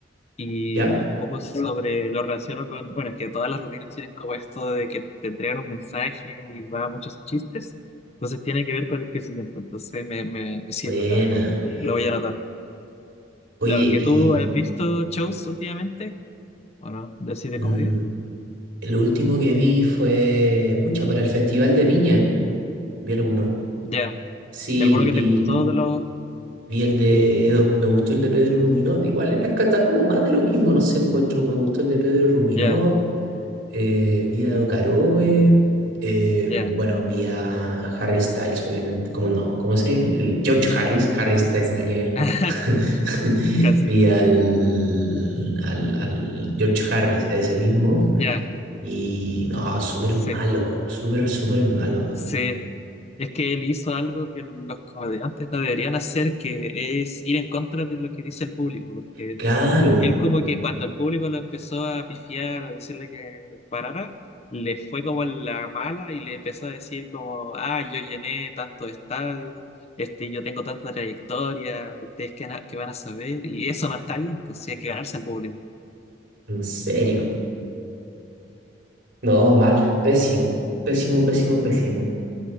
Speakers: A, on the left (about 35°); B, on the right (about 70°).
A: Y
B: ¿Ya?
A: un poco sobre lo relaciono con, bueno, es que todas las rutinas tienen como esto de que te entregan un mensaje y va a muchos chistes, entonces tiene que ver con el crecimiento, entonces me, me, me sirve,
B: Buena.
A: la verdad. Lo voy a anotar.
B: Oye,
A: Claro, que
B: y
A: tú has visto shows últimamente, ¿o no? De así de
B: mm,
A: comedia.
B: lo último que vi fue, pucha, para el Festival de Viña, vi alguno.
A: Ya.
B: Sí,
A: ¿Y alguno que
B: vi,
A: te gustó de los
B: vi el de Edo, me gustó el de Pedro Ruminot, igual era que está como más de lo mismo, no sé, encuentro, me gustó el de Pedro Ruminot.
A: Ya,
B: eh, vi a Caroe, eh,
A: ya,
B: bueno, vía Harry Styles, obviamente, ¿cómo no? ¿Cómo es el, el George Harris? Harry Styles, nada que ver.
A: <laughs> casi,
B: <laughs> Vi al, al, al George Harris, ese mismo,
A: ya,
B: y no, súper
A: sí,
B: malo, súper, súper malo.
A: sí. Es que él hizo algo que los comediantes no deberían hacer, que es ir en contra de lo que dice el público, porque
B: Claro,
A: él como que cuando el público lo empezó a pifiar, a decirle que parara, le fue como en la mala y le empezó a decir como, ah, yo llené tantos estadios, este, yo tengo tanta trayectoria, ustedes que, que van a saber, y eso no está bien, pues sí hay que ganarse al público.
B: en serio. No, mal, pésimo, pésimo, pésimo, pésimo.